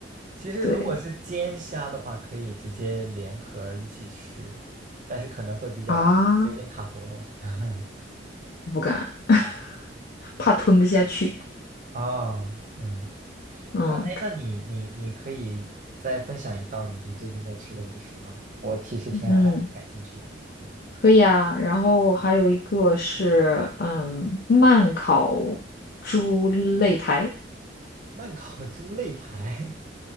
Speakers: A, on the right (about 45°); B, on the left (about 55°).
A: 其实如果是煎虾的话，
B: 对
A: 可以直接连壳一起吃，但是可能会比较有点卡喉咙。
B: 啊，
A: <laughs>
B: 不敢，<laughs> 怕吞不下去。
A: 哦，嗯，
B: 嗯
A: 那哎，那你你你可以再分享一道你你最近在吃的美食吗？我其实挺还还挺感兴趣的。
B: 嗯，
A: 嗯，
B: 可以啊。然后还有一个是嗯，慢烤猪肋排。
A: 慢烤猪肋排，